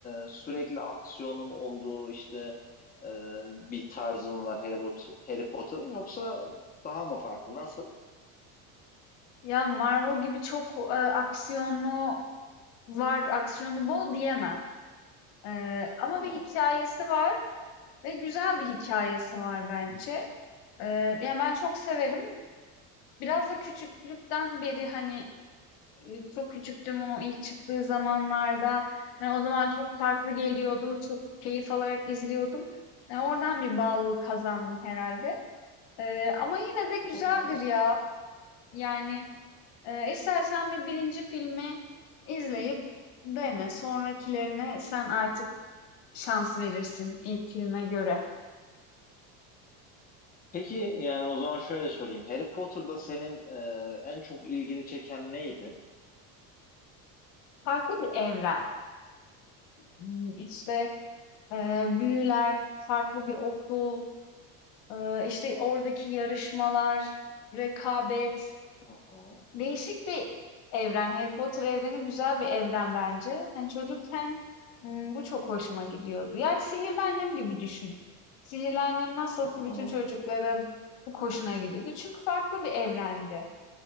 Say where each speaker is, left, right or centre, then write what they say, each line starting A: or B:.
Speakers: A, on the left (about 20°); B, on the left (about 65°).
A: e, sürekli aksiyonun olduğu işte e, bir tarzın var Harry Potter, Harry Potter'ın yoksa daha mı farklı? Nasıl?
B: Ya Marvel gibi çok e, aksiyonlu var, aksiyonu bol diyemem. E, ama
A: Hı hı,
B: bir hikayesi var ve güzel bir hikayesi var bence. E, yani ben çok severim. Biraz da küçüklükten beri hani Eee, çok küçüktüm o ilk çıktığı zamanlarda. Hani o zaman çok farklı geliyordu. Çok keyif alarak izliyordum. Yani oradan bir bağlılık kazandım herhalde. Eee, ama yine de güzeldir
A: hı hı.
B: ya. Yani eee, istersen bir birinci filmi izleyip dene. Sonrakilerine sen artık şans verirsin ilk filme göre.
A: Peki yani o zaman şöyle sorayım. Harry Potter'da senin e, en çok ilgini çeken neydi?
B: Farklı bir evren. Hmm, İşte eee büyüler, farklı bir okul, Eee, işte oradaki yarışmalar, rekabet,
A: Hı hı,
B: değişik bir evren. Harry Potter evreni güzel bir evren bence. Hani çocukken hmm, bu çok hoşuma gidiyordu. Yani Sihirli Annem gibi düşün. Sihirli Annem nasıl ki
A: hı hı,
B: bütün çocukların bu hoşuna gidiyordu. Çünkü farklı bir evrendi.